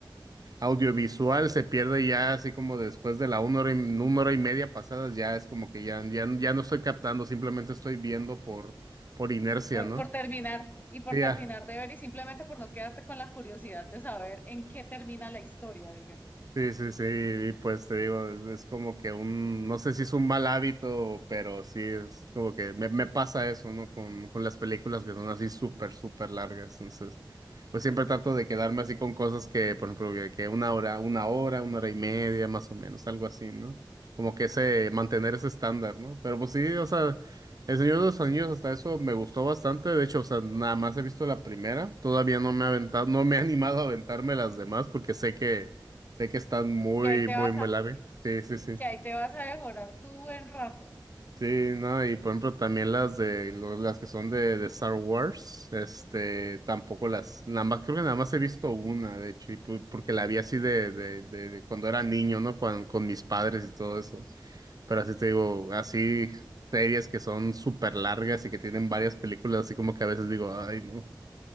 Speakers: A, on the right; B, on the left.
A: audiovisual se pierde ya así como después de la una hora y, una hora y media pasadas, ya es como que ya, ya, ya no estoy captando, simplemente estoy viendo por, por inercia,
B: por,
A: ¿no?
B: por terminar y por
A: Sí,
B: terminar
A: Ya.
B: de ver y simplemente por no quedarte con la curiosidad de saber en qué termina la historia, diga.
A: Sí, sí, sí, y pues te digo, es, es como que un, no sé si es un mal hábito, pero sí es como que me, me pasa eso, ¿no? Con, con las películas que son así súper, súper largas. Entonces, pues siempre trato de quedarme así con cosas que, por ejemplo, que, que una hora, una hora, una hora y media, más o menos, algo así, ¿no? Como que ese, mantener ese estándar, ¿no? Pero pues sí, o sea, El Señor de los Anillos hasta eso me gustó bastante, de hecho, o sea, nada más he visto la primera, todavía no me he aventado, no me he <laughs> animado a aventarme las demás porque sé que Sé que están muy,
B: Que ahí te
A: muy,
B: vas
A: muy
B: a,
A: largas. Sí, sí, sí.
B: que ahí te vas a devorar tu buen rato.
A: Sí, no, y por ejemplo también las de lo- las que son de, de Star Wars, este, tampoco las, nada más, creo que nada más he visto una, de hecho, y pu- porque la vi así de, de, de, de cuando era niño, ¿no? Con, con mis padres y todo eso. Pero así te digo, así series que son súper largas y que tienen varias películas, así como que a veces digo, ay, no.